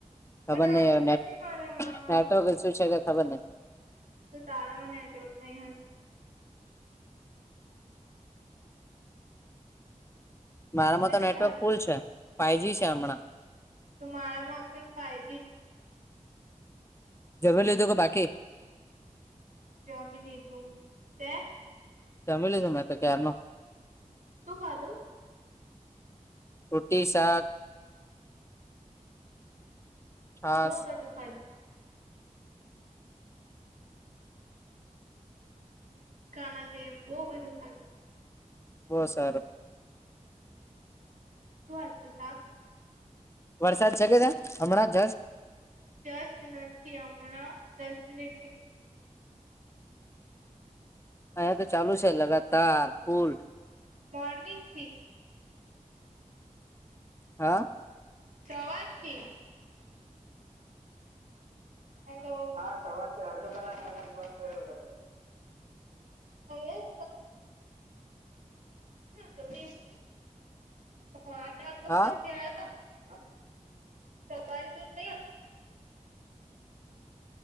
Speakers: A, on the left (about 20°); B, on the right (about 80°).
A: ખબર
B: પણ આવ્યો
A: નહ હને
B: જ નથી મારામાં
A: નેટવર્ક ઈશું છે કે ખબર નહી.
B: તો તારામાં નેટવર્ક નહીં હોય
A: મારામાં
B: બીજું
A: તો નેટવર્ક
B: સારું
A: કુલ છે ફાઈવજી છે હમણાંવ
B: તો મારામાં પણ ફાઈવ જી
A: જમી લીધું કે બાકી?
B: જમી લીધું તે?
A: અ જમી લીધું મેં તો ક્યારનું.
B: શું ખાધું?
A: રુટી, શાક છાસ
B: બહુ બધું ખાધું. ગામાં છે એમ બહુ બધું ખાધું.
A: બોવ સારું.
B: શું હતું શાક?
A: વરસાદ છે કે ત્યાં હમણાં જસ્ટ?
B: જસ્ટ નથી હમણાં દસ મિનિટથી નથ
A: અહીંયા તો ચાલુ છે લગાતાર ફુલ.
B: મોર્નિંગથી?
A: હા
B: સવારથી? હલો હા સવારથી અડધો કલાક કલાક બંધ થયો તો ખુલે. અહીંયા તો <inaudible> તો આઠ વાગા
A: હા
B: પછી આયો એમ સવાર તો નહીં હત